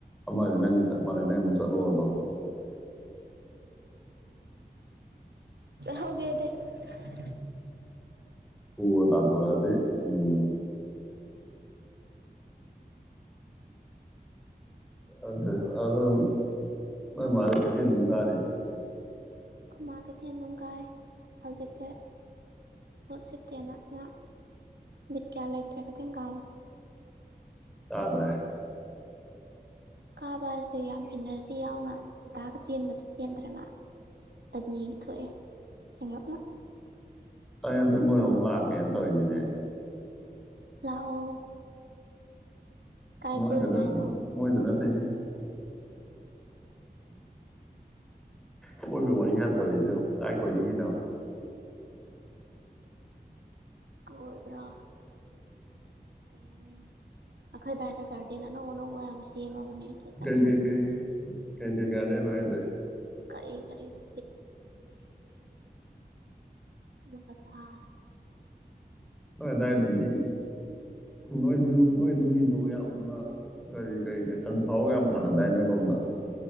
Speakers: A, in the centre; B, on the right (about 90°).
A: ꯃꯥꯁꯤꯦ ꯅꯪꯒꯤ ꯁ ꯃ ꯃꯥꯥꯟꯦ ꯅꯪ ꯑꯗꯨꯝ ꯆꯠꯂꯣꯑꯣꯗꯣ
B: ꯍꯧꯒꯗꯤ <unintelligible>
A: ꯄꯨꯔ ꯇꯥꯟꯊꯣꯔꯛꯑꯗꯤ ꯎꯝ ꯑꯗꯨꯗ ꯑꯗꯨꯗ ꯃ ꯃꯥꯔ ꯀꯦ ꯊꯤ ꯂꯨꯀꯔꯤ
B: ꯈꯨꯃꯥ ꯀꯩꯊꯦꯜ ꯅꯨꯡꯝ ꯀꯥꯏ ꯍꯧꯖꯤꯛꯁꯦ ꯃꯍꯨꯠ ꯁꯤꯠꯇꯦꯅ ꯃꯥ ꯃꯤꯠ ꯀꯌꯥ ꯂꯩꯇ꯭ꯔꯦ ꯀꯩꯊꯦꯜ ꯀꯥꯕꯁꯦ
A: ꯑꯗꯨꯗ꯭ꯔꯦ
B: ꯀꯥꯕ ꯍꯥꯏꯁꯦ ꯌꯥꯝ ꯏꯅꯔꯖꯤ ꯌꯥꯎꯅ ꯑꯗꯥꯒ ꯆꯦꯟꯕꯗꯨ ꯆꯦꯟꯗ꯭ꯔꯦꯅ ꯇꯅꯤꯒꯤ ꯊꯣꯛꯑꯦ ꯊꯦꯡꯂꯞꯂ
A: ꯑꯩ ꯍꯟꯗꯛ ꯃꯣꯏ ꯑꯃꯛ ꯂꯥꯛꯀꯦꯅ ꯇꯧꯔꯤꯁꯤꯅꯦ
B: ꯂꯥꯛꯑꯣ ꯀꯥꯏ
A: ꯃꯣꯏꯗ
B: ꯀꯣꯏꯔꯨꯖꯦ ꯍꯥꯏꯅꯣ
A: ꯃꯣꯏꯗꯅ ꯃꯗꯦ ꯀꯣꯏꯕ ꯋꯥꯔꯤ ꯍꯥꯟ ꯇꯧꯔꯛꯁꯨ ꯀꯥꯏ ꯀꯣꯏꯅꯤꯡꯉꯤꯅꯣ
B: ꯀꯣꯏꯕ꯭ꯔꯥ ꯀꯩꯅꯩꯅꯣꯅꯤ ꯑꯩꯈꯣꯏꯗꯥꯏꯗ ꯒꯥꯔꯗꯦꯟ ꯑꯅꯧ ꯑꯅꯧꯕ ꯌꯥꯝ ꯁꯦꯝꯃꯕꯅꯦ ꯑꯗꯨ ꯆꯠꯅꯤꯡꯉꯤ
A: ꯀꯩ ꯀꯩ ꯀꯩ ꯀꯩ ꯀꯩ ꯀꯗꯦꯅ ꯀꯖꯦ
B: ꯀꯔꯤ ꯀꯔꯤꯕ ꯃ ꯁꯔ
A: ꯅꯣꯏ ꯑꯗꯨꯗꯥꯋꯥꯏꯗꯗꯤ ꯅꯣꯏꯗꯨ ꯅꯣꯏꯗꯨꯒꯤꯗꯣ ꯌꯥꯝꯅ ꯀꯔꯤ ꯀꯔꯤ ꯀꯔꯤ ꯁꯟ ꯐꯥꯎ ꯌꯥꯝ ꯊꯥꯅꯗꯥꯏ ꯅ ꯑꯔꯣꯝꯗ